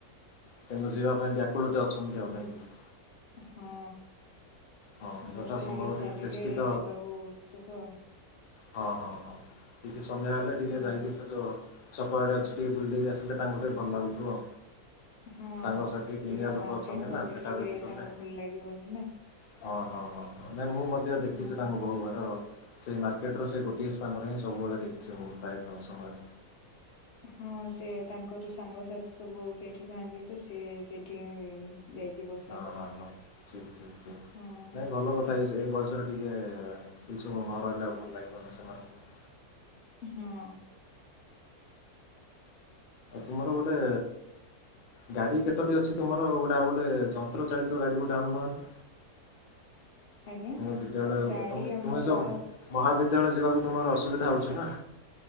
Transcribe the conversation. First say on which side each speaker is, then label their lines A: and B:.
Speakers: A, on the left (about 80°); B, on the left (about 60°).
A: କିନ୍ତୁ ଯିବା ପାଇଁ ବ୍ୟାକୁଳତେ ଅଛନ୍ତି, ନାଇକ କି?
B: ହଁ,
A: ହଁ ଯଥା
B: ବର୍ଷା
A: ସମ୍ଭବ
B: ଟିକେ ଛାଡିଲେ
A: ଚେଷ୍ଟିତ
B: ଯିବାକୁ ଉସୁକ।
A: ହଁ, ହଁ, ହଁ ଟିକେ ସନ୍ଧ୍ୟା ହେଲେ ଟିକେ
B: ହଁ
A: ଯାଇକି ସେ ଯୁ ଛକଆଡେ ଅଛି ଟିକେ ବୁଲଡେଇି ଆସିଲେ ତାଙ୍କୁ ଟିକେ ଭଲ ଲାଗୁଥିବ।
B: ହଁ
A: ସାଙ୍ଗସାଥି
B: ସେ
A: ଦୁନିଆ
B: ଟିକେ
A: ଲୋକ
B: ମାର୍କେଟ
A: ଅଛନ୍ତି
B: ନ
A: ନା
B: ଗଲେ
A: ଭେଟା
B: ଟିକେ
A: ଭେଟି କଲେ।
B: ତାଙ୍କୁ ଭଲ ଲାଗିବନି ନା
A: ହଁ, ହଁ, ହଁ ନାଇଁ ମୁଁ ମଧ୍ୟ ଦେଖିଛି
B: ହଁ
A: ତାଙ୍କୁ ବହୁ ବାର ସେଇ ମାର୍କେଟ ର ସେ ଗୋଟିଏ ସ୍ଥାନରେ ହିଁ ସବୁବେଳେ ଦେଖିଛି ମୁଁ ପ୍ରାୟତଃ ସମୟ
B: ହଁ, ସେ ତାଙ୍କର ସାଙ୍ଗସାଥି ସବୁ ସେଠି ଥାଆନ୍ତି ତ ସେ ସେଠି ଯାଇକିବ
A: ହଁ ହଁ ହଁ, ଠିକ ଠିକ ଠିକ
B: ହଁ
A: ନାଇଁ ଭଲ କଥା। ଏଇ ବୟସରେ ଟିକେ ଏଇସବୁ ନ ରହିଲେ ଆଉ ଭଲ ଲାଗିବନି ସେମାନଙ୍କୁ।
B: ହଁ।
A: ଆଉ ତୁମର ଗୋଟେ ଗାଡି କେତୋଟି ଅଛି ତୁମର ଗୋଟେ ଆଉ ଗୋଟେ ଯନ୍ତ୍ର ଚାାଳିତ ଗାଡି ଗୋଟେ ଆଣୁନ ହେରି।
B: ଆଜ୍ଞା
A: ତୁମେ ବିଦ୍ୟାଳୟ,
B: ଗାଡି
A: ତମେ
B: ଆମର
A: ତୁମେ ଯଉ ମହାବିଦ୍ୟାଳୟ ଯିବାକୁ ତୁମର ଅସୁବିଧା ହଉଛି ନା,